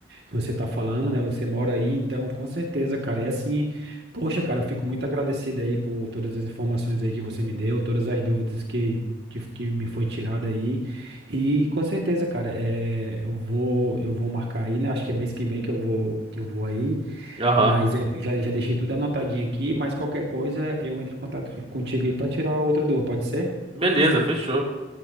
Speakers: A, on the right (about 60°); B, on the right (about 35°).
A: você tá falando, né? Você mora aí, então, com certeza, cara. E assim, poxa, cara, eu fico muito agradecido aí por todas as informações aí que você me deu, todas as dúvidas que, que, que me foi tirada aí. E com certeza, cara, é, eu vou, eu vou marcar aí, né? Acho que é mês que vem que eu vou, que eu vou aí,
B: Aham.
A: mas é, já, já deixei tudo anotadinho aqui, mas qualquer coisa eu entro em contato contigo aí pra tirar outra dúvida, pode ser?
B: Beleza, fechou.